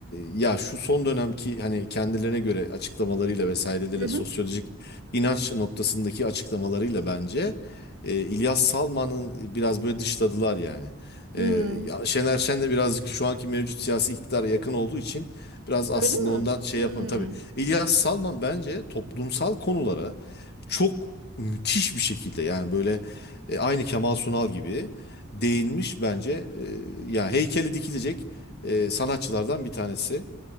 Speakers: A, on the left; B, on the right.
A: ya şu son dönemki hani kendilerine göre açıklamalarıyla vesaireleriyle
B: Hı hı.
A: sosyolojik inanç noktasındaki açıklamalarıyla bence e, İlyas Salman'ın biraz böyle dışladılar yani. E,
B: Hmm.
A: ya Şener Şen de birazcık şu anki mevcut siyasi iktidara yakın olduğu için biraz
B: Öyle
A: aslında
B: mi?
A: ondan şey
B: Hmm.
A: yapamıyor. Tabii İlyas Salman bence toplumsal konulara çok müthiş bir şekilde yani böyle e, aynı Kemal Sunal gibi değinmiş bence. E, yani heykeli dikilecek e, sanatçılardan bir tanesi.